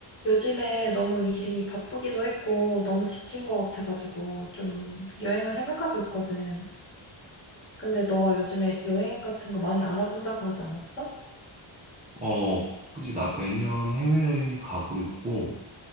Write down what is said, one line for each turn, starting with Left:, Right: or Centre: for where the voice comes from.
Left: 요즘에 너무 일이 바쁘기도 했고, 너무 지친 것 같아가지고, 좀 여행을 생각하고 있거든. 근데 너가 요즘에 여행 같은 거 많이 알아본다고 하지 않았어?
Right: 어, 그지 나 매년 해외여행 가고 있고,